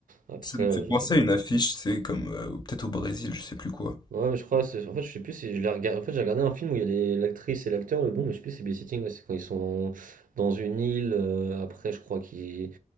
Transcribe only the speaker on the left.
Ça me
fait
penser
à une affiche, c'est comme... euh, ou Peut-être au Brésil, je sais plus quoi.